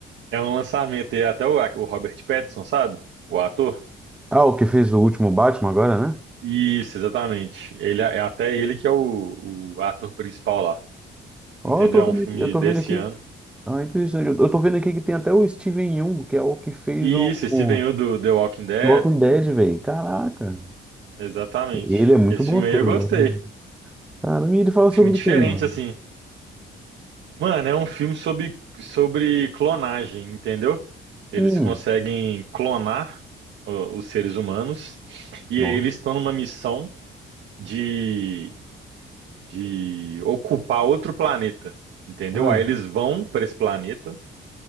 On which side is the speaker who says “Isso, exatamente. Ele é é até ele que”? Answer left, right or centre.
Right